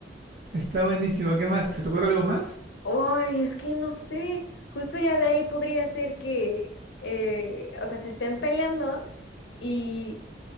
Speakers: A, on the right; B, on the left.
A: Está buenísimo. ¿Qué más? ¿Se te ocurre algo más?
B: Ay, es que no sé, justo ya de ahí podría ser que, eh, o sea, se estén peleando y